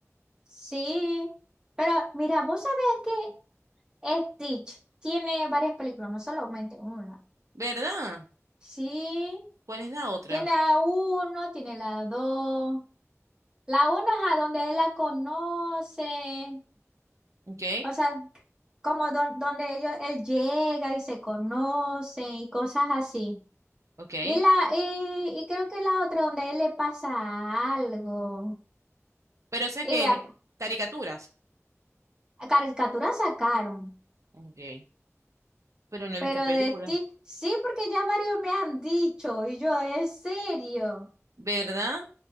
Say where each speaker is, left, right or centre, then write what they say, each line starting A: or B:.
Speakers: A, on the right; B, on the right.
A: Sí, pero mira, ¿vos sabías que Stitch tiene varias películas, no solamente una?
B: ¿Verdad?
A: Sí.
B: ¿Cuál es la otra?
A: Tiene a uno, tiene la dos. La uno es a donde él la conoce.
B: Ok,
A: O sea, como don- donde ellos, él llega y se conoce y cosas así.
B: ok.
A: Y la, y, y creo que la otra donde a él le pasa algo.
B: Pero esa
A: Y
B: que
A: a,
B: caricaturas.
A: a caricatura sacaron.
B: Ok. Pero no he
A: Pero
B: visto películas.
A: de ti, sí, porque ya varios me han dicho. Y yo, ¿es serio?
B: ¿Verdad?